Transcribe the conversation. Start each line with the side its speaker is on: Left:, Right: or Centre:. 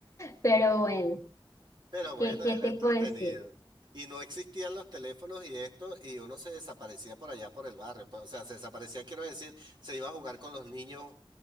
Left: Pero bueno,
Right: Pero bueno,
Left: ¿qué, qué
Right: era
Left: te
Right: entretenido.
Left: puedo decir?
Right: Y no existían los teléfonos y esto, y uno se desaparecía por allá por el barrio. pues, o sea, se desaparecía, quiero decir, se iba a jugar con los niños